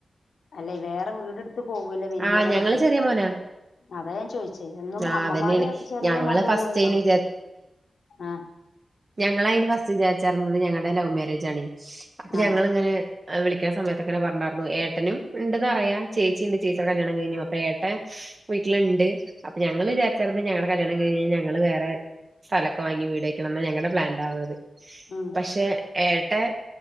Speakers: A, on the left (about 80°); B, on the right (about 45°).
A: അല്ലെ വേറെ വീടെടുത്ത് പോകൂല്ലോ വലിയവരൊക്കെ
B: ആഹ് ഞങ്ങള് ചെറിയ മോനാ
A: അതാ ഞാൻ ചോയിച്ചെ. എന്നും
B: ആഹ്
A: അമ്മമാര്
B: അതന്നെയാണ്
A: ചെറിയ
B: ഞങ്ങള്
A: മോന്റെ
B: ഫസ്റ്റ്ന്
A: കൂടെണ്ടാവും ആഹ.
B: ഞങ്ങള അതിന് ഫസ്റ്റ് വിചാരിച്ചഞ്ഞത് ഞങ്ങളുടെ ലവ് മാരേജ ആണ് അപ്പൊ ഞങ്ങളിങ്ങനെ.
A: ആഹ്
B: വിളിക്കണ സമയത്തൊക്കനെ പറഞ്ഞണ്ടായിരുന്നു ഏട്ടനും ഉണ്ടന്ന് അറിയ ചേച്ചി ഉണ്ട് ചേച്ചിയുടെ കല്യാണം കഴിഞ്ഞു. ഏട്ടന് വീട്ടിലുണ്ട് അപ്പൊ ഞങ്ങള് വിചാരിച്ചറി ഞങ്ങളുടെ കല്യാണം കഴിഞ്ഞ് ഞങ്ങള് വേറെ. സ്ഥലമൊക്കെ വാങ്ങി വീടക്കണന്ന ഞങ്ങളടെ പ്ലാൻ ഉണ്ടാവുന്നത്
A: ഉം
B: പക്ഷെ ഏട്ടൻ.